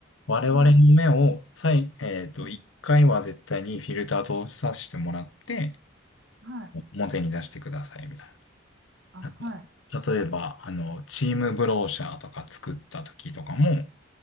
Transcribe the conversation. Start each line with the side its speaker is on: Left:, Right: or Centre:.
Left: 我々の目を、
Right: はい、
Left: 最、えっと、
Right: うん
Left: 一回は絶対にフィルターとさせてもらって、
Right: はい、
Left: 表に出してください、みたい
Right: あ、
Left: な。
Right: はい、
Left: なんか、例えば、あの、チームブローシャーとか作った時とかも、